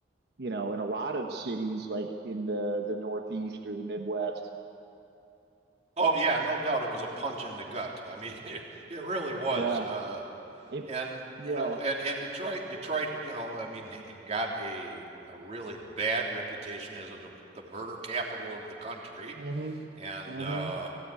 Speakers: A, on the right; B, on the right.
A: you know, in a lot of cities like in the the Northeast or the Midwest.
B: Oh yeah, no doubt it was a punch in the gut. I mean, <laughs> it, it really was.
A: Yeah,
B: Uh,
A: it.
B: and
A: Yeah.
B: you know, and and Detroit, Detroit, you know, I mean, got a a really bad reputation as a, the murder capital of the country,
A: Mm-hmm.
B: and
A: Mm-hmm.
B: uh,